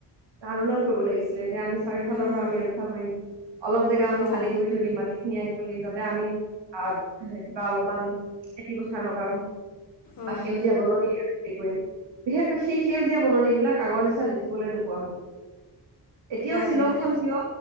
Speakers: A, on the right; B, on the left.
A: আন্দোলন কৰিব লাগিছিলে। যে আমি? চাৰিওফালৰ
B: উম,
A: পৰা আমি ৰক্ষা কৰিম। অলপ জেগা আমি
B: অঁ
A: খালি কৰি থৈ দিম মাটি। খিনি আহিব দিম, যাতে আমি আহ, কিবা অলপমান খেতি পথাৰ লগাম। বা
B: অঁ
A: সেউজীয়া বননি আৰু কৰিম। বিশেষকৈ সেই সেউজীয়া বননি বিলাক আগৰ নিচিনা দেখিবলৈ নোপোৱা হলো। এতিয়াও
B: নাই
A: শ্বিলং
B: নাই
A: খন, কিয়?